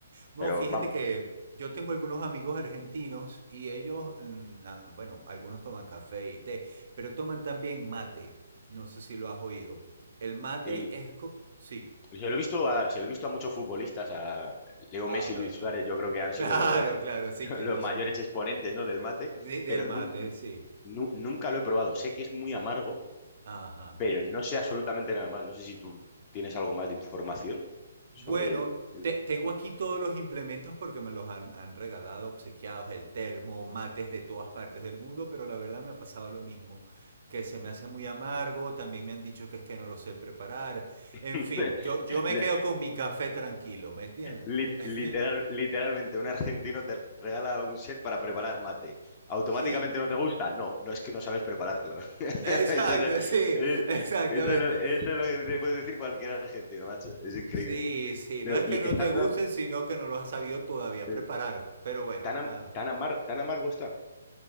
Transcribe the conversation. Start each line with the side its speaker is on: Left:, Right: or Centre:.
Right: No,
Left: Pero
Right: fíjate
Left: vamos.
Right: que yo tengo algunos amigos argentinos y ellos, mm, ah, bueno, algunos toman café y té, pero toman también mate. No sé si lo has oído. El mate
Left: el-
Right: es... co- Sí.
Left: se lo he visto a, se lo he visto a muchos futbolistas, a Leo
Right: Ah,
Left: Messi
Right: bueno.
Left: y Luis Suárez,
Right: <laughs>
Left: yo creo que han sido
Right: Claro,
Left: los,
Right: claro, sí,
Left: <laughs>
Right: que
Left: los
Right: ellos
Left: mayores
Right: son
Left: exponentes, ¿no? del mate,
Right: de- del
Left: pero
Right: mate,
Left: nun-
Right: sí.
Left: Nu- nunca lo he probado. Sé que es muy amargo,
Right: Ajá.
Left: pero no sé absolutamente nada más. No sé si tú tienes algo más de información sobre
Right: Bueno,
Left: el... el-
Right: te- tengo aquí todos los implementos porque me los han, han regalado, obsequiados, el termo, mates de todas partes del mundo, pero la verdad me ha pasado lo mismo, que se me hace muy amargo, también me han dicho que es que no lo sé preparar, en
Left: <laughs>
Right: fin, yo, yo me
Left: le-
Right: quedo con mi café tranquilo, ¿me entiendes?
Left: lit-
Right: <laughs>
Left: literal, literalmente, un argentino te regala un set para preparar mate. ¿Automáticamente
Right: Sí,
Left: no te gusta? No, no es que no sabes prepararlo. <laughs>
Right: exacto,
Left: Eso es, lo-
Right: sí,
Left: eh,
Right: exactamente.
Left: eso es lo eso es lo que te puede decir cualquier argentino, macho. Es increíble.
Right: Sí, sí,
Left: Pero,
Right: no es
Left: y
Right: que no
Left: está
Right: te
Left: tan,
Right: gusten, sino que no lo has sabido todavía
Left: eh,
Right: preparar, pero bueno,
Left: tan,
Right: nada.
Left: am- tan amar- tan amargo está.